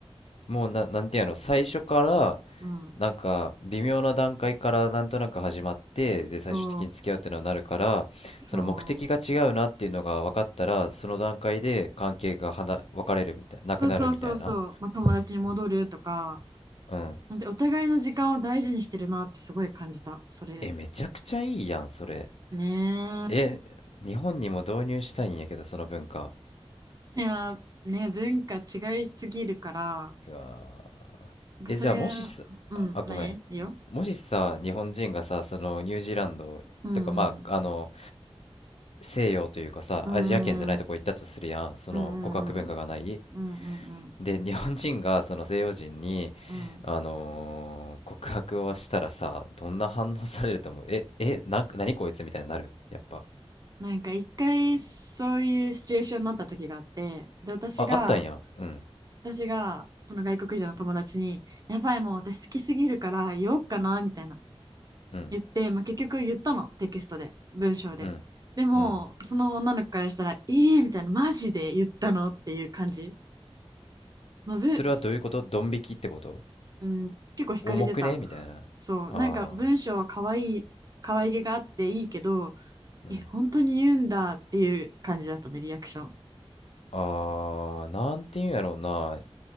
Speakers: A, on the left; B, on the right.
A: もうな、なんてやろ最初から
B: うん。
A: なんか微妙な段階からなんとなく始まってで最終的に付き合うっていうのになるからその目的が違うなっていうのが分かったらその段階で関係がはな別れるみたいななくなるみたいな
B: そう、そう。そうそうそうそう。まあ、友達に戻るとか、
A: うん
B: なんてお互いの時間を大事にしてるなってすごい感じた、それ。
A: えめちゃくちゃいいやんそれ
B: ね
A: え日本にも導入したいんやけどその文化
B: いや、ね、文化違いすぎるから、
A: うわー
B: なんかそれ、
A: えじゃあもしさああごめんももしさ日本人がさそのニュージーランドとかまああの
B: うん、何いいよ。うんうん
A: 西洋というかさアジア圏じゃないとこ行ったとするやんその告白文化がない
B: うんうんうんうんうんうんうん
A: で、日本人がその西洋人に、
B: うん
A: あのー告白をしたらさ、どんな反応されると思うえ、え、な、何こいつみたいになるやっぱ。
B: なんか一回そういうシチュエーションになった時があって、で、私が、
A: あ、あったんや。うん、
B: 私がその外国人の友達に、やばい、もう私好きすぎるから言おうかな、みたいな
A: うん、
B: 言って、まあ、結局言ったの、テキストで、文章で。
A: うん、
B: でも、
A: うん。
B: その女の子からしたら、ええー、みたいな、マジで言ったのっていう感じ。まあ、ぶ
A: それはどういうことドン引きってこと
B: うん、結構惹かれてた。
A: 重くねみたいな。ああ、
B: そう、なんか文章は可愛い、可愛げがあっていいけど、
A: うん。
B: え、本当に言うんだっていう感じだったね、リアクション。
A: ああ、なんていうんやろうな。